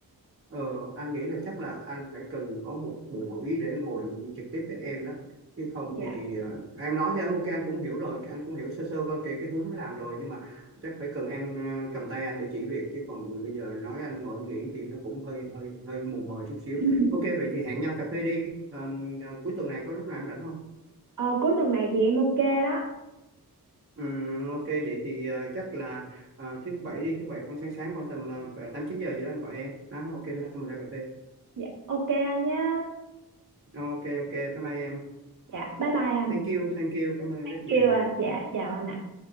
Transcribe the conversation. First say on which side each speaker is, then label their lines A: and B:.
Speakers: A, on the right (about 35°); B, on the right (about 55°).
A: Ờ, anh nghĩ là chắc là anh phải cần có một buổi để ngồi trực tiếp với em đó chứ không
B: dạ
A: thì ờ, em nói thì anh ok anh cũng hiểu rồi anh cũng hiểu sơ sơ qua cái cái hướng làm rồi nhưng mà chắc phải cần em ờ, cầm tay anh để chỉ việc chứ còn bây giờ nói anh ngồi anh nghĩ thì nó cũng hơi hơi hơi mù mờ chút xíu
B: <laughs>
A: ok vậy thì hẹn nhau cà phê đi Ờ, cuối tuần này có lúc nào em rảnh không
B: Ờ, cuối tuần này thì em ok đó
A: Ừm, ok vậy thì ờ, chắc là ờ, thứ bảy đi thứ bảy khoảng sáng sáng khoảng tầm uh, tám chín giờ gì đó anh gọi em Đó, ok rồi mình ra cà phê
B: dạ ok anh nhá
A: Ờ, ok ok bye bye em
B: dạ bye bye anh
A: Thank you, thank you, cảm ơn em rất nhiều.
B: kêu anh dạ chào anh ạ